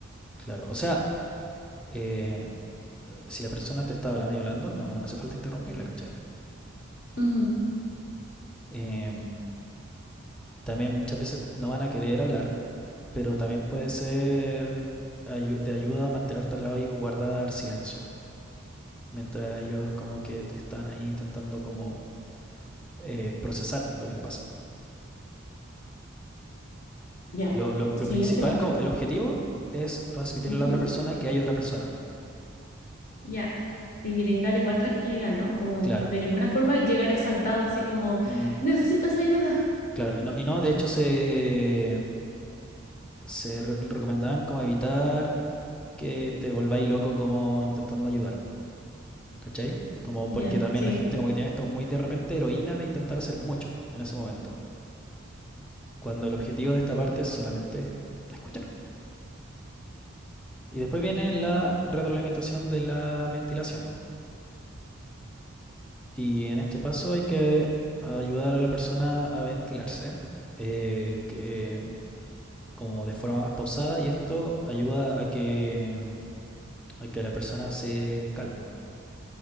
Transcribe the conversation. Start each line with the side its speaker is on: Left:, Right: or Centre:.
Centre: claro, o sea, eh, si la persona te está hablando y hablando, no, no hace falta interrumpirla, ¿cachai?
Left: Ujú,
Centre: Eh, también muchas veces no van a querer hablar, pero también puede ser ayu- de ayuda a mantenerte al lado y guardar silencio, mientras ellos como que están ahí intentando como eh, procesar lo que le pasa.
Left: Ya,
Centre: Lo, lo-
Left: pues
Centre: lo
Left: silencio
Centre: principal,
Left: basta.
Centre: como el objetivo es transmitirle
Left: Ujú,
Centre: a la otra persona que hay otra persona ahí.
Left: Ya. Y brindar igual tranquilidad, ¿no? Como
Centre: Claro.
Left: de ninguna forma llegar exaltado así como,
Centre: Mm,
Left: necesitas ayuda.
Centre: claro, y no, y no, de hecho se, se re- recomendaban como evitar que te volváis loco como intentando ayudar ¿Cachai? Como
Left: Ya,
Centre: porque también
Left: sí,
Centre: la gente como que tiene esto muy de repente heroína de intentar hacer mucho en ese momento. Cuando el objetivo de esta parte es solamente escuchar. Y después viene la retroalimentación de la ventilación. Y en este paso hay que ayudar a la persona a ventilarse eh, que, como de forma más pausada y esto ayuda a que, a que la persona se calme.